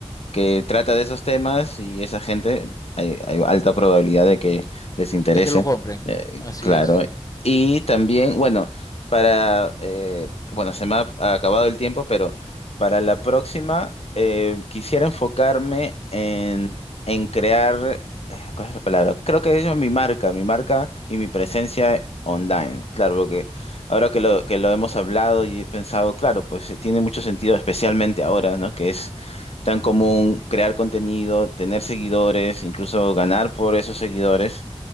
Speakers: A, on the left; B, on the left.
A: que trata de esos temas y esa gente, hay, hay alta probabilidad de que les interese,
B: de que lo compren.
A: eh,
B: Así
A: claro.
B: es.
A: Y también, bueno, para, eh, bueno, se me ha acabado el tiempo, pero para la próxima eh, quisiera enfocarme en, en crear, eh, ¿cuál es la palabra? Creo que es mi marca, mi marca y mi presencia online, claro, porque... Ahora que lo, que lo hemos hablado y he pensado, claro, pues eh, tiene mucho sentido, especialmente ahora, ¿no? Que es tan común crear contenido, tener seguidores, incluso ganar por esos seguidores,